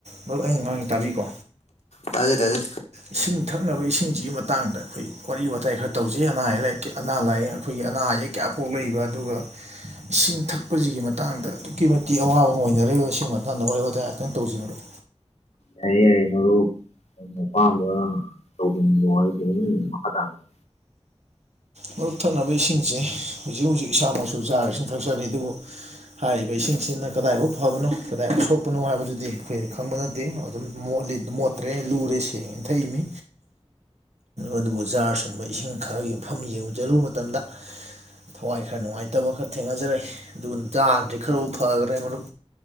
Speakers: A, on the right; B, on the left.
A: ꯃꯔꯨ ꯑꯩꯅ ꯉꯥꯡꯉꯤ ꯇꯥꯕꯤꯀꯣ
B: ꯇꯥꯌꯦ ꯇꯥꯌꯦ
A: ꯏꯁꯤꯡ ꯊꯛꯅꯕ ꯏꯁꯤꯡꯁꯤꯒꯤ ꯃꯇꯥꯡꯗ ꯑꯩꯈꯣꯏ ꯋꯥꯔꯤ ꯋꯥꯇꯥꯏ ꯈꯔ ꯇꯧꯖꯤ ꯑꯅꯥ ꯍꯥꯏꯌꯜꯂꯛꯀꯦ ꯑꯅꯥ ꯂꯥꯏꯌꯦꯡ ꯑꯈꯣꯏꯒꯤ ꯑꯅꯥ ꯑꯌꯦꯛ ꯀꯌꯥ ꯄꯣꯛꯂꯛꯏꯕ ꯑꯗꯨꯒ ꯏꯁꯤꯡ ꯊꯛꯄꯁꯤꯒꯤ ꯃꯇꯥꯡꯗ ꯑꯗꯨꯛꯀꯤ ꯃꯇꯤꯛ ꯑꯋꯥꯕ ꯑꯃ ꯑꯣꯏꯅꯔꯦ ꯁꯤ ꯃꯇꯥꯡꯗ ꯋꯥꯔꯤ ꯋꯥꯇꯥꯏ ꯑꯥꯛꯇꯪ ꯇꯧꯖꯤ ꯃꯔꯨꯞ
B: ꯌꯥꯏꯌꯦ ꯌꯥꯏꯌꯦ ꯃꯔꯨꯞ ꯅꯪꯅ ꯑꯄꯥꯝꯕ ꯇꯧꯖꯅꯤꯡꯕ ꯋꯥꯔꯤꯗꯨꯅꯤ ꯃꯈꯥ ꯇꯥꯕꯤꯌꯨ
A: ꯃꯔꯨꯞ ꯊꯛꯅꯕ ꯏꯁꯤꯡꯁꯦ ꯍꯧꯖꯤꯛ ꯍꯧꯖꯤꯛ ꯏꯁꯥꯃꯛꯁꯨ ꯖꯥꯔ ꯏꯁꯤꯡ ꯊꯛꯆꯔꯤ ꯑꯗꯨꯕꯨ ꯍꯥꯏꯔꯤꯕ ꯏꯁꯤꯡꯁꯤꯅ ꯀꯗꯥꯏꯐꯥꯎ ꯐꯕꯅꯣ ꯀꯗꯥꯏꯐꯧ ꯁꯣꯛꯄꯅꯣ ꯍꯥꯏꯕꯗꯨꯗꯤ ꯑꯩꯈꯣꯏ ꯈꯪꯕꯅꯠ ꯇꯦꯡ ꯑꯗꯨꯝ ꯃꯣꯠꯂꯤ ꯃꯣꯠꯇ꯭ꯔꯦ ꯂꯨꯔꯦ ꯁꯦꯡꯉꯦꯅ ꯊꯛꯏꯝꯃꯤ꯫ ꯑꯗꯨꯕꯨ ꯖꯥꯔ ꯁꯨꯝꯕ ꯏꯁꯤꯡ ꯈꯔꯒꯤ ꯃꯐꯝ ꯌꯦꯡꯖꯔꯨꯕ ꯃꯇꯝꯗ ꯊꯋꯥꯏ ꯈꯔ ꯅꯨꯡꯉꯥꯏꯇꯕ ꯈꯔ ꯊꯦꯡꯅꯖꯔꯛꯏ ꯑꯗꯨꯒ ꯗꯥꯥꯥꯟꯗꯤ ꯈꯔꯕꯨ ꯐꯈ꯭ꯔꯦ ꯃꯔꯨꯞ